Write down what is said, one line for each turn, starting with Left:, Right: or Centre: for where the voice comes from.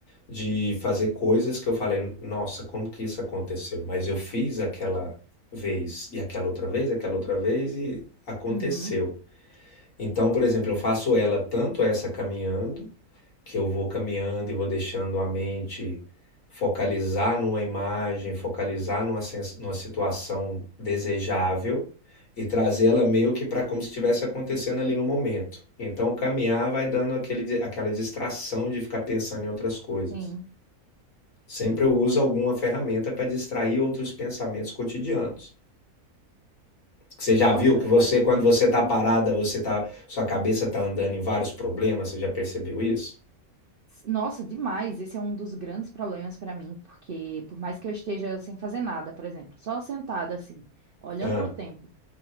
Left: de fazer coisas que eu falei, nossa, como que isso aconteceu? Mas eu fiz aquela vez, e aquela outra vez, aquela outra vez, e aconteceu.
Right: uhum.
Left: Então, por exemplo, eu faço ela tanto essa caminhando que eu vou caminhando e vou deixando a mente focalizar numa imagem, focalizar numa, numa situação desejável e trazê-la meio que para como se estivesse acontecendo ali no momento. Então, caminhar vai dando aquele, aquela distração de ficar pensando em outras coisas.
Right: Sim,
Left: Sempre
Right: sim.
Left: eu uso alguma ferramenta para distrair outros pensamentos cotidianos. Você já
Right: Nossa,
Left: viu que
Right: eu
Left: você,
Right: acho
Left: quando
Right: muito.
Left: você está parada, você tá, sua cabeça está andando em vários problemas, você já percebeu isso?
Right: Nossa, demais. Esse é um dos grandes problemas pra mim, porque por mais que eu esteja sem fazer nada, por exemplo, só sentada assim, olhando
Left: Ah,
Right: pro tempo,